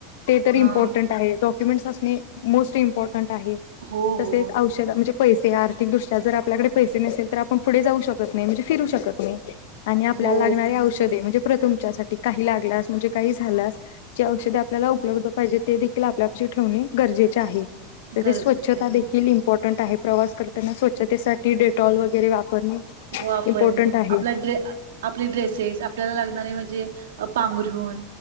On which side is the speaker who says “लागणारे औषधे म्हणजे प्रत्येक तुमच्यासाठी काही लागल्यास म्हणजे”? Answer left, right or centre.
Left